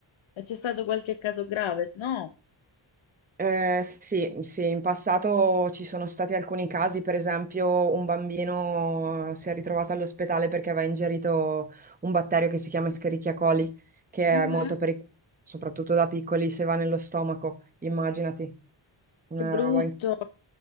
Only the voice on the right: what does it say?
Eh, sì, sì, in passato ci sono stati alcuni casi, per esempio un bambino eh, si è ritrovato all'ospedale perché aveva ingerito un batterio che si chiama Escherichia coli, che
è molto pericoloso, soprattutto da piccoli, se va nello stomaco, immaginati, una
roba